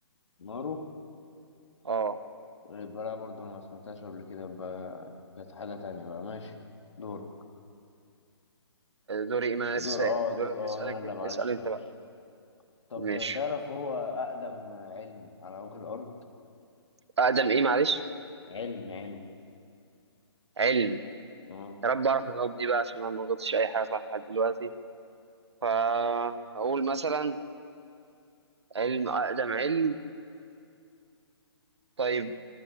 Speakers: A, on the left; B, on the right.
A: مارو
B: أه
A: يبقى لا برضه انا ما سمعتهاش قبل كده يبقى كانت حاجة تانية بقى ماشي دورك
B: دوري إيه ما أنا لسه
A: دور
B: سائل
A: اه
B: دوري
A: دور اه
B: اسألك
A: انا لا
B: اسأل
A: معلش
B: أنت
A: معلش
B: بقى
A: طب
B: ماشي
A: تعرف هو اقدم علم على وجه الارض
B: أقدم إيه معلش
A: علم علم
B: علم
A: اه
B: يا رب أعرف الجواب دي بقى عشان أنا ما غلطتش أي حاجة صح لحد دلوقتي فأقول مثلا علم أقدم علم طيب